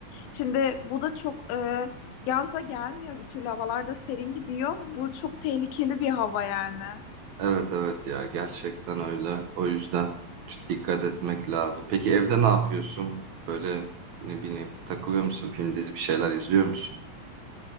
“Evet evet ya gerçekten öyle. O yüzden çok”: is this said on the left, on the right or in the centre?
Right